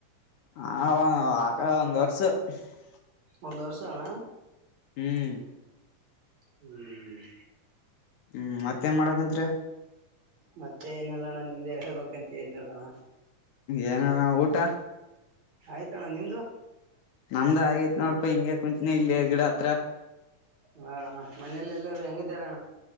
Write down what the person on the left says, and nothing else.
ಹ ಆಕ ಒಂದ್ ವರ್ಸ <unintelligible>
ಹ್ಮ್
ಹ್ಮ್ ಮತ್ತೇನ್ ಮಾಡಕಂತ್ರಿ
ಏನಾರ ಊಟ
ನಮ್ದ ಆಗೈತ್ ನೋಡಪಾ ಹಿಂಗಗೆ ಕುಂತ್ನ ಇಲ್ಲಿಯ ಗಿಡ ಹತ್ರ